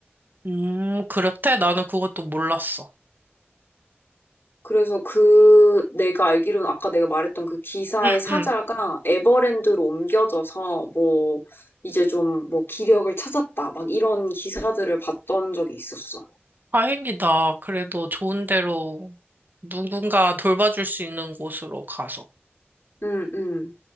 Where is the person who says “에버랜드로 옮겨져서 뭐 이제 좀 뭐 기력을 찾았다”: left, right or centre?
Left